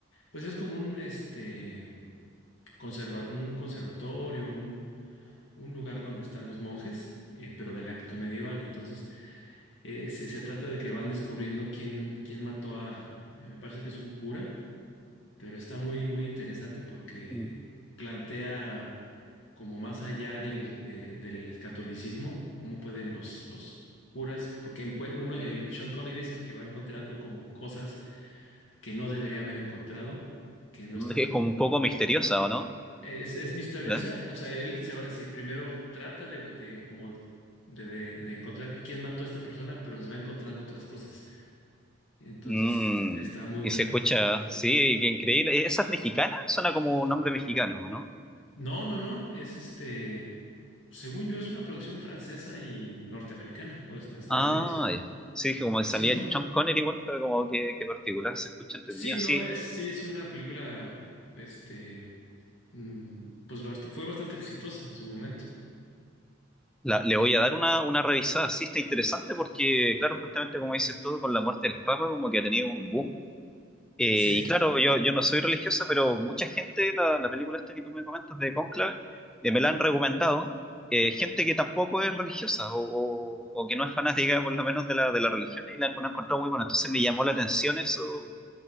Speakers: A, on the left; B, in the centre.
A: pues es como un, este, conserva- un conservatorio, un, un lugar donde están los monjes, eh, pero de la época medieval. Entonces, Eh, se, se trata de que van descubriendo quién, quién mató a, eh, me parece que es un cura, pero está muy, muy interesante porque
B: Mm,
A: plantea como más allá del, de- del catolicismo, cómo pueden los, los curas, porque encue- uno, el Sean Connery es el que va encontrando como cosas que no debería haber encontrado, que no están,
B: Es como un poco misteriosa, ¿o no?
A: es, es misteriosa,
B: ¿Eh?
A: o sea, él se va, si primero trata de, de como de, de de encontrar quién mató a esta persona, pero se va encontrando otras cosas. Entonces
B: Mm,
A: es- está muy
B: y
A: buena.
B: se escucha, sí, qué increíble. ¿Esas mexicanas? Suena como un nombre mexicano, ¿no?
A: No, no, no, es este, según yo es una producción francesa y norteamericana, o es de Estados
B: Ah,
A: Unidos.
B: ya. sí, dije, como
A: Sí,
B: salía
A: no,
B: el Sean Connery igual, fue como que, que particular, se escucha entre
A: sí,
B: mío
A: no,
B: Sí,
A: es, sí es una película, este, mm, pues bast- fue bastante exitosa en su momento.
B: la- le voy a dar una, una revisada. Sí, está interesante porque, claro, justamente como dices tú, con la muerte del Papa, como que ha tenido un boom Eh,
A: Sí,
B: y claro, yo, yo no soy religiosa, pero mucha gente, la, la película esta que tú me comentas de Conclave, eh, me la han recomendado. eh, gente que tampoco es religiosa o, o- o que no es fanática, por lo menos, de la, de la religión y la han encontrado muy buena. Entonces me llamó la atención eso,